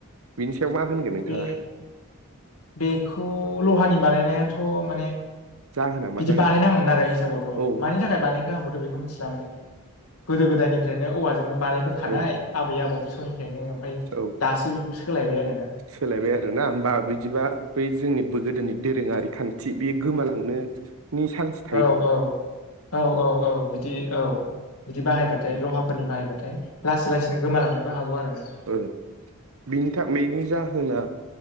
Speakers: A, on the right; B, on the left.
A: बिनि सायाव मा होनगोन नोंथाङा
B: बे बेखौ लहानि बानायनायाथ माने
A: जाहोना मा
B: बिदि
A: जागोन
B: बानायनाङामोन आरो हिसाबावथ
A: औ
B: मानि थाखाय बानायखो आंबोथ बेखौ मिथिला माने गोदो गोदायनिफ्रायनो औवाजोंनो बानायबोखानाय
A: ओ
B: आबै आबौनि सम निफ्रायनो ओमफ्राय
A: औ
B: दासो बेखौ सोलायबाय आरो ना
A: सोलायबाय आरो ना होमबा बिदिबा बै जोंनि गोदोनि दोरोङारि खान्थि बेयो गोमालांनो नि सान्स
B: औ औ औ औ औ बिदि औ बिदि बाहायबाथाय
A: ओ
B: लहा फोरनि बाहायबथाय लासै लासैनो गोमालांनोबो हागौ आरो ना
A: ओ बिनि था बेनि जाहोना